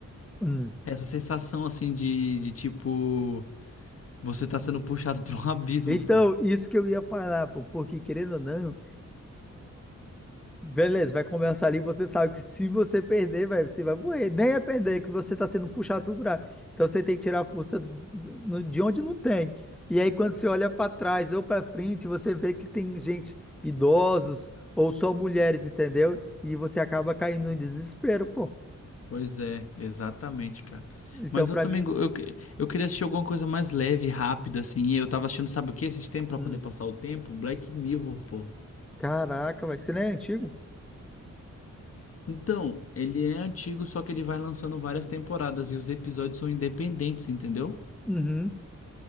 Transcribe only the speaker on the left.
essa sensação assim de, de tipo. Você tá sendo puxado pra um <laughs> abismo,
pô.
Pois é, exatamente, cara.
Mas
eu também.
go- Eu, que- eu queria assistir alguma coisa mais leve, rápida, assim. E eu tava assistindo, sabe o que? Esses tempos pra
poder passar o tempo? Black Mirror, pô.
Então, ele é antigo, só que ele vai lançando várias temporadas e os episódios são independentes, entendeu?